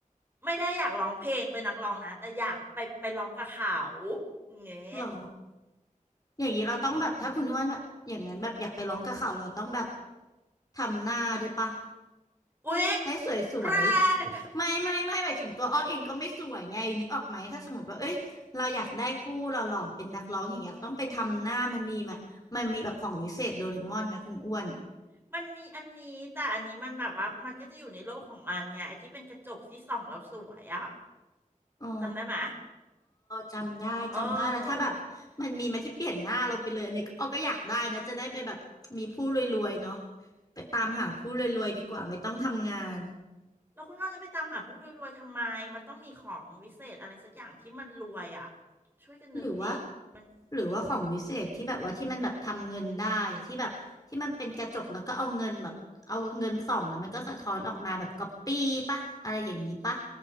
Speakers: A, on the right; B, on the left.
A: ไม่ได้อยากร้องเพลงเป็นนักร้องนะแต่อยากไปไปร้องกับเขาอย่างเงี้ย
B: หรออย่างนี้เราต้องแบบถ้าคุณอ้วนแบบอย่างนั้นแบบอยากไปร้องกับเขาเราต้องแบบ
A: อ๋อ
B: ทำหน้าด้วยปะ
A: อุ๊ย
B: ให้สวยสวย
A: แรง
B: ไม่ไม่ไม่หมายถึงตัวอ้อเองก็ไม่สวยไงนึกออกไหมถ้าสมมติว่าเอ้ยเราอยากได้ผู้หล่อๆเป็นนักร้องอย่างเงี้ยเราต้องไปทำหน้ามันมีมามันมีแบบของวิเศษโดเรมอนไหมคุณอ้วน
A: <laughs> มันมีอันนี้แต่อันนี้มันแบบว่ามันก็จะอยู่ในโลกของมันไงไอ้ที่เป็นกระจกที่ส่องแล้วสวยอะ
B: อ๋อ
A: จำได้ไหม
B: จำได้จำได้แล้วถ้าแบบมันมีมาที่เปลี่ยนหน้าเราไปเลยอันนี้อ้อก็อยากได้นะจะได้ไปแบบมีผู้รวยๆเนาะ
A: เออ
B: ไปตามหาผู้รวยๆดีกว่าไม่ต้องทำงาน
A: แล้วคุณน้องจะไปตามหาผู้รวยๆทำไมมันต้องมีของวิเศษอะไรสักอย่างที่มันรวยอะช่วยกันนึกดิมัน
B: หรือว่าหรือว่าของวิเศษที่แบบว่าที่มันแบบทำเงินได้อะที่แบบที่มันเป็นกระจกแล้วก็เอาเงินแบบเอาเงินส่องแล้วมันก็สะท้อนออกมาแบบก๊อปปี้ปะอะไรอย่างนี้ปะ